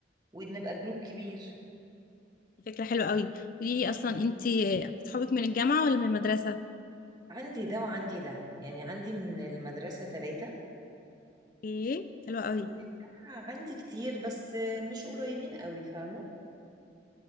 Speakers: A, on the right (about 20°); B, on the left (about 45°).
A: ونبقى جروب كبير
B: فكرة حلوة قوي قوليلي أصلا
A: مم.
B: انتي آه، أصحابك من الجامعة ولا من المدرسة؟
A: عندي ده وعندي ده يعني عندي من المدرسة ثلاثة
B: ايه حلوة قوي
A: ومن الجامعة عندي كتير بس مش قريبين قوي فاهمة